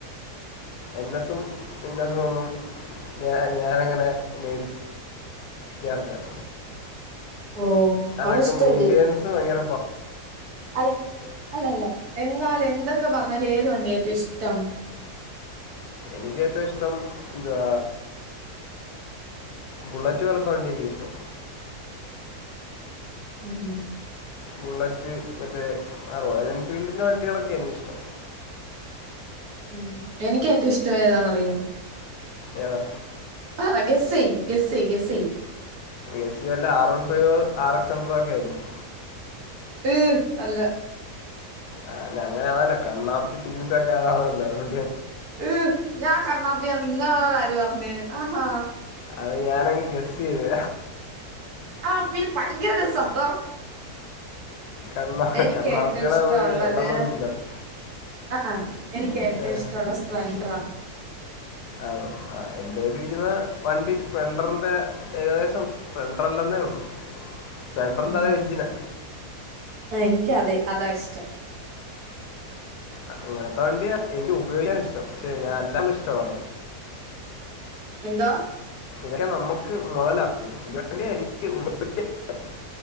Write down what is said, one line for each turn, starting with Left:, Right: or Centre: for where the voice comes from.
Left: എൻ എസും പിന്നസും ഒന്നും ഞ ഞാനങ്ങനെ മേടി ക്കാറില്ല
Right: ഓ
Left: അതൊക്കെ
Right: അതൊന്നും ഇഷ്ടല്ലേ
Left: മെയിന്റനൻസ് ഭയങ്കര പ
Right: അല്ല അല്ല അല്ല എന്നാലും എന്തൊക്കെ പറഞ്ഞാലും ഏതു വണ്ടിയ ഏറ്റവും ഇഷ്ടം
Left: എനിക്ക് ഏറ്റവും ഇഷ്ടം എന്തുവ ബുള്ളറ്റ് പോലത്തെ വണ്ടി ഒക്കെ ഇഷ്ടം
Right: ഉം ഉം
Left: ബുള്ളറ്റ് മറ്റേ റോയൽ എൻഫീൽഡിൻ്റെ വണ്ടികളൊക്കെ എനിക്കിഷ്ടം
Right: ഉം എനിക്ക് ഏറ്റവും ഇഷ്ടം ഏതാന്നറിയോ
Left: ഏതാ
Right: ആന്നോ ഗെസ്സേയ് ഗെസ്സേയ് ഗെസ്സേയ്
Left: എ സിയു അല്ല R one five R X hundred ഒക്കെ ആയിരിക്കും
Right: ഈഹ് അല്ല
Left: അഹ് അല്ല അങ്ങനെ ആണല്ലോ കണ്ണാപ്പി ടീംമ്സൊക്കെ ആന്നല്ലോ അത് കൊ
Right: ഈഹ് ഞാൻ കണ്ണപ്പി അന്ന് നിങ്ങളോട് ആര് പറഞ്ഞ് ആഹ് ഹാ
Left: അത് ഞാനങ്ങ് ഗെസ്സ് ചെയ്ത
Right: ആഹ് പിന്നെ ഭയങ്കര രസാട്ടോ
Left: കണ്ണാ
Right: എനിക്ക്
Left: കണ്ണാപ്പികളെ
Right: ഏറ്റവും ഇഷ്ടം
Left: നമുക്ക്
Right: ഉള്ളത്
Left: പെട്ടെന്ന് മനസ്സിലാവും
Right: ആഹ് ആഹ് എനിക്ക് ഏറ്റവും
Left: ഏ.
Right: ഇഷ്ടം ഉള്ളത് സ്പ്ലെണ്ടറാ
Left: ആന്നോ ആഹ് എന്റെ കൈയിലിരിക്കുന്ന വണ്ടി സ്പ്ലെണ്ടറിന്റെ ഏകദേശം സ്പ്ലെണ്ടർ അല്ലന്നേ ഉള്ളൂ സ്പ്ലെൻഡറിന്റെ
Right: ഉം
Left: അതേ എഞ്ചിനാ
Right: എനിക്ക് അതെ അതാ ഇഷ്ടം
Left: അങ്ങനത്തെ വണ്ടിയ എനിക്ക് ഉപയോഗിക്കാൻ ഇഷ്ടം പക്ഷെ ഞാൻ അല്ലാ ഇഷ്ട പറഞ്ഞ
Right: എന്താ
Left: ഇതൊക്കെ നമ്മുക്ക് മുതലവുമോ എനിക്ക് <unintelligible>